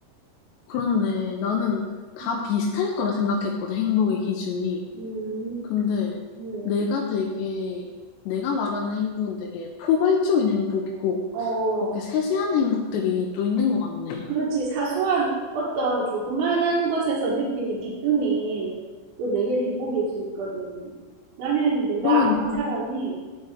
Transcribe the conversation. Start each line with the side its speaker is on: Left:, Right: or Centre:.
Left: 그렇네. 나는 다
Right: 음,
Left: 비슷할 거라 생각했거든, 행복의 기준이.
Right: 음,
Left: 근데
Right: 음,
Left: 내가 되게, 내가 말하는 행복은 되게 포괄적인 행복이고,
Right: 어.
Left: 그렇게 세세한 행복들이 또 있는 것 같네.
Right: 그렇지. 사소한 어떤 조그만한 것에서 느끼는 기쁨이 또 내겐 행복일 수 있거든. 나는 내가
Left: 그러면,
Right: 아는 사람이,